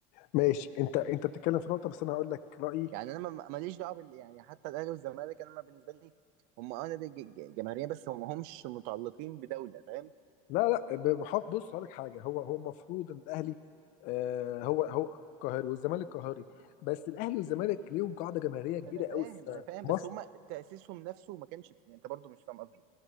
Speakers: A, on the left; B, on the right.
A: ماشي انت انت بتتكلم في نقطه بس انا هقول لك رايي
B: يعني انا ما- ماليش دعوه بال... يعني حتى الاهلي والزمالك انا ما بالنسبه لي هم اه نادي ج- ج- جماهيريه بس هم همش متعلقين بدوله فاهم
A: لا لا ب- بحط بص هقول لك حاجه هو هو المفروض ان الاهلي آه هو هو قاهري والزمالك قاهري بس الاهلي والزمالك ليهم قاعده جماهيريه كبيره
B: انا
A: قوي
B: فاهم
A: في
B: انا فاهم
A: مصر
B: بس هم تاسيسهم نفسه ما كانش يعني انت برضو مش فاهم قصدي